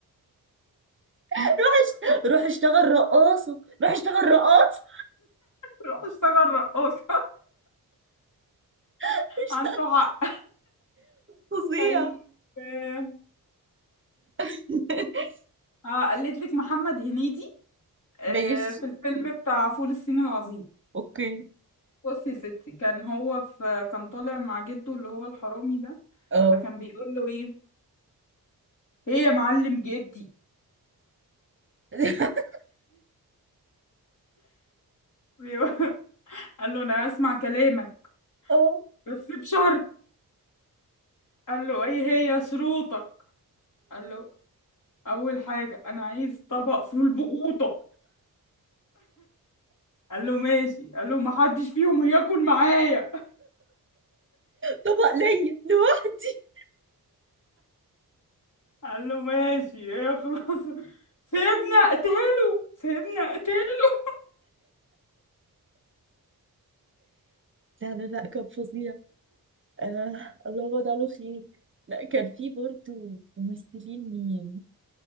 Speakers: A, on the right; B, on the left.
A: هشت... روح اشتغل رقاصة روح اشتغل رقاصة
B: روح اشتغل رقاصه
A: <laughs> مش
B: <laughs> عنده حق
A: فظيع
B: طيب آه،
A: <laughs>
B: هقلد لك محمد هنيدي آه،
A: ماشي
B: في الفيلم بتاع فول الصين العظيم
A: اوكي
B: بصي يا ستي كان هو في كان طالع مع جده اللي هو الحرامي ده
A: اه
B: فكان بيقول له ايه ايه يا معلم جدي
A: <laughs>
B: <laughs> قال له انا هسمع كلامك
A: اه
B: بس بشرط قال له ايه هي شروطك قال له اول حاجه انا عايز طبق فول بقوطه قال له ماشي قال له محدش فيهم هياكل معايا
A: طبق ليا لوحدي
B: قال له ماشي ايه خلاص سيبني
A: <laughs>
B: اقتله سيبني اقتله
A: لا لا لا كان فظيع آه الله وجعله خير لا كان في برضو ممثلين مين